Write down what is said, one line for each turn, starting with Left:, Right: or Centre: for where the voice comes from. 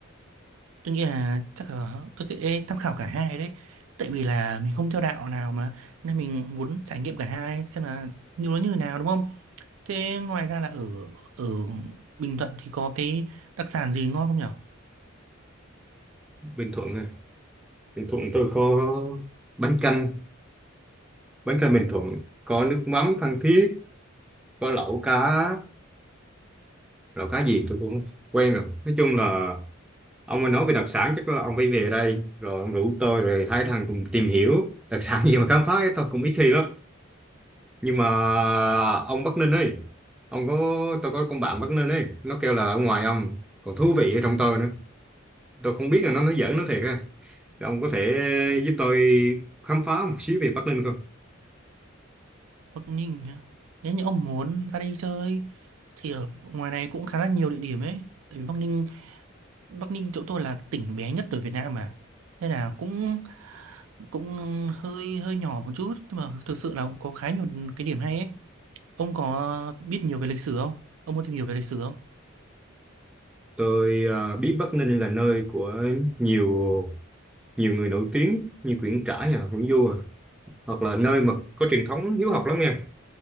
Right: tôi nghĩ là chắc là tôi sẽ tham khảo cả hai đấy tại vì là mình không theo đạo nào mà nên mình muốn trải nghiệm cả hai xem là như nó như thế nào đúng không thế ngoài ra là ở ở Bình Thuận thì có cái đặc sản gì ngon không nhỉ
Centre: Bình Thuận à? Bình Thuận tôi có bánh canh bánh canh Bình Thuận có nước mắm Phan Thiết có lẩu cá lẩu cá gì tôi cũng không quen rồi nói chung là ông mà nói về đặc sản chắc là ông phải về đây rồi ông rủ tôi rồi hai thằng cùng tìm hiểu đặc sản gì mà khám phá ấy, tôi cũng ít khi lắm nhưng mà ông Bắc Ninh ấy ông có tôi có con bạn Bắc Ninh ấy nó kêu là ở ngoài ông còn thú vị ở trong tôi nữa tôi không biết là nó nói giỡn nó thiệt ha ông có thể giúp tôi khám phá một xíu về Bắc Ninh không
Right: Bắc Ninh á. Nếu như ông muốn ra đây chơi thì ở ngoài này cũng khá là nhiều địa điểm ấy. Tại vì Bắc Ninh, Bắc Ninh chỗ tôi là tỉnh bé nhất ở Việt Nam mà. Nên là cũng cũng hơi hơi nhỏ một chút nhưng mà thực sự là cũng có khá nhiều cái điểm hay ấy. Ông có biết nhiều về lịch sử không? Ông muốn tìm hiểu về lịch sử không?
Centre: tôi à, biết Bắc Ninh là nơi của nhiều nhiều người nổi tiếng như Nguyễn Trãi à Nguyễn Du à hoặc là nơi mà có truyền thống hiếu học lắm nha